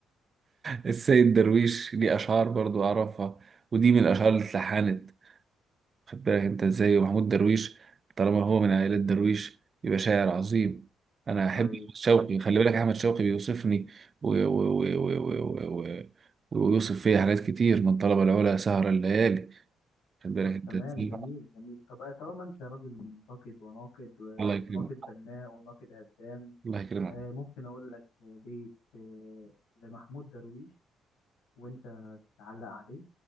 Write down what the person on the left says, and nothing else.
طيب
طيب
طب
تمام
جميل جميل طب آه، طالما انت راجل منتقد وناقد و-
وناقد بناء وناقد هدام
آه، ممكن اقول لك بيت آه، لمحمود درويش وانت تعلق عليه